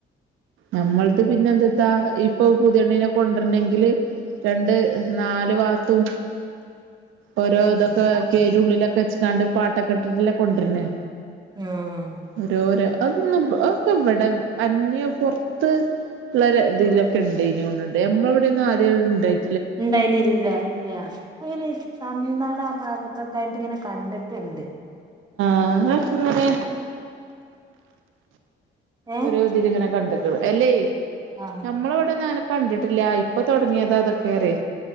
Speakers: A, on the right; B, on the right.
A: നമ്മൾത് പിന്നെ എന്തട്ടാ ഇപ്പൊ പുതിയണ്ണനെ കൊണ്ടുവരണെങ്കില് രണ്ട് നാല് വാത്തും ഓരോ ഇതൊക്കെ കേ ഉള്ളിലൊക്കെ വെച്ച് കണ്ട് പാട്ടൊക്കെ ഇട്ടിട്ടല്ല കൊണ്ടര്ണെ
B: ഉം
A: ഓരോരോ അതൊന്നും അതൊക്കെ ഇവിടെ അന്യപൊറത്ത് പത്ത് ഉള്ള ഇതിലൊക്കെ ഉണ്ട് ഇന കൊണ്ടണ്ട് നമ്മളെവിടെന്നും ആദ്യം ഉണ്ടായി
B: ഉണ്ടായിന ഇല്ല ഇല്ല അങ്ങനെ തമിഴ്നാട് ആ ഭാഗത്തൊക്ക ആയിട്ട് ഇങ്ങനെ കണ്ട് രണ്ട്
A: അക്കെങ്ങനെ
B: ഏഹ്
A: ഓരോ ഇതിലങ്ങനെ കണ്ടക്ക അല്ലേ
B: ആഹ്
A: നഞമ്മളവിടെ കണ്ടിട്ടില്ല ഇപ്പൊ തുടങ്ങിയത അതൊക്കെറേ.